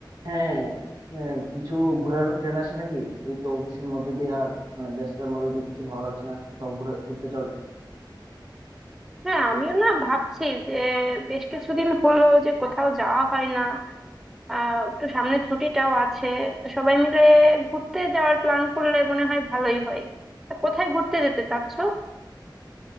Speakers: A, on the right; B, in the centre.
A: হ্যাঁ আহ, কিছু ঘোরারও প্ল্যান আছে নাকি এই তো অফিসের মধ্যে দিয়ে আর মানে ব্যস্ততার মধ্যে দিয়ে কিছু ভালো লাগছে না কোথাও ঘুরা- ঘুরতে যাওয়ার ইচ্ছে হচ্ছে
B: হ্যাঁ আমিও না ভাবছি যে বেশ কিছুদিন হলো যে কোথাও যাওয়া হয় না আহ একটু সামনে ছুটিটাও আছে তো সবাই মিলে ঘুরতে যাওয়ার প্ল্যান করলে মনে হয় ভালোই হয় তা কোথায় ঘুরতে যেতে চাচ্ছো